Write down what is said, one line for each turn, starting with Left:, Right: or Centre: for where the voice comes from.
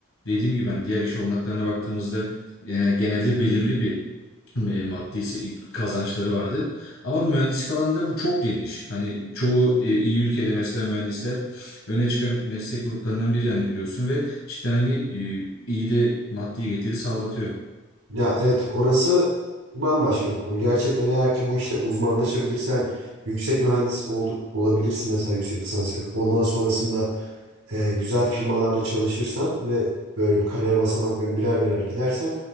Left: Dediğim gibi hani diğer iş olanaklarına baktığımızda yani genelde belirli bir e, maddi se- kazançları vardı. Ama mühendislik alanında bu çok geniş. Hani çoğu e, iyi ülkede mesela mühendisler öne çıkan meslek gruplarından biri yani biliyorsun ve cidden hani e, iyi de maddi getiri sağlatıyor.
Right: Ya evet orası bambaşka bir konu. Gerçekten eğer ki bu işte uzmanlaşabilirsen yüksek mühendis olduk olabilirsin mesela yüksek lisans yapıp ondan sonrasında e, güzel firmalarda çalışırsan ve böyle bir kariyer basamaklarını birer birer gidersen